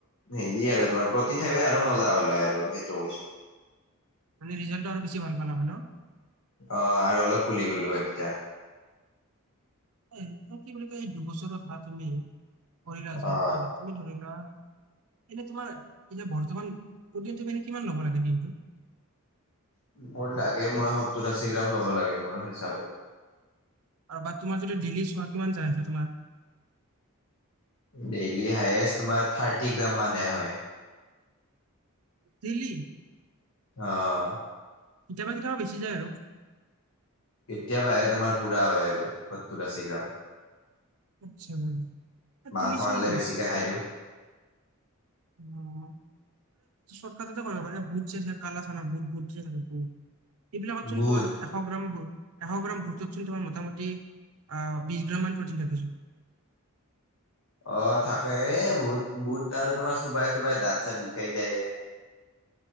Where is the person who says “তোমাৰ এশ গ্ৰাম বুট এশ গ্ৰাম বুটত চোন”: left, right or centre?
Right